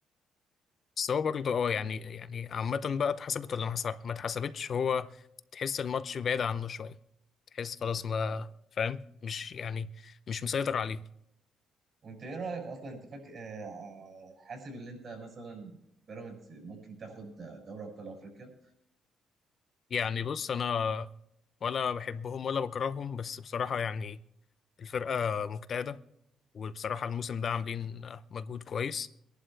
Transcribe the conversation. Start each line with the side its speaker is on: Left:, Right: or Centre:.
Left: بس هو برضه اه يعني يعني عامة بقى اتحسبت ولا ما حسب- ما اتحسبتش هو تحس الماتش بعيد عنه شوية تحس خلاص ما
Right: اه
Left: فاهم مش يعني مش مسيطر عليه
Right: وانت ايه رأيك اصلا انت فاكر آه، آه، حاسب اللي انت مثلا بيراميدز ممكن تاخد آه، دوري ابطال افريقيا
Left: يعني بص أنا ولا بحبهم ولا بكرههم بس بصراحة يعني الفرقة مجتهدة وبصراحة الموسم ده عاملين مجهود كويس